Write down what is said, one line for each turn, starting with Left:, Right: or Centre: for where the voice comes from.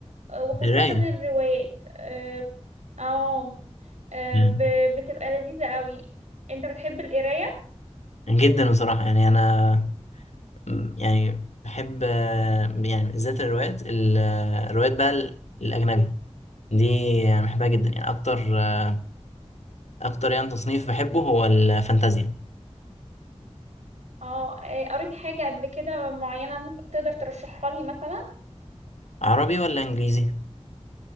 Right: آه، وخاصة
Left: قراية
Right: الروايات اه آه، آه،
Left: مم.
Right: ب- بتبقى لذيذة قوي انت بتحب القراية
Left: جدا بصراحة يعني أنا مم، يعني بحب آه، يعني بالذات الروايات ال- آه، الروايات بقى ال- الأجنبي دي يعني بحبها جدا يعني أكتر آه، أكتر يعني تصنيف بحبه هو الفانتازيا
Right: اه آه، قريت حاجة قبل كده معينة ممكن تقدر ترشحها لي مثلا
Left: عربي ولا انجليزي